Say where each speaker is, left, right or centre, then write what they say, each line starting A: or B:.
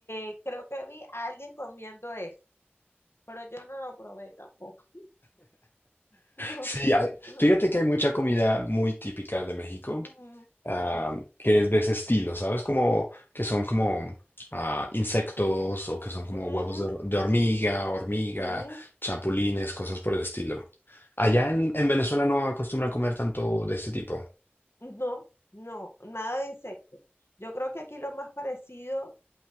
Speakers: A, on the left; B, on the left.
A: eh, creo que vi a alguien comiendo eso, pero yo no lo probé tampoco. <laughs> No,
B: Sí, hay-
A: no.
B: fíjate que hay mucha comida muy típica de México,
A: ujú,
B: ah,
A: ujú,
B: que es de ese estilo, ¿sabes? Como que son como ah, insectos o que son como
A: ujú,
B: huevos
A: ujú,
B: de, hor- de hormiga, hormiga,
A: ujú,
B: chapulines, cosas por el estilo. Allá en, en Venezuela no acostumbran comer tanto de ese tipo.
A: No, no, nada de insecto. Yo creo que aquí lo más parecido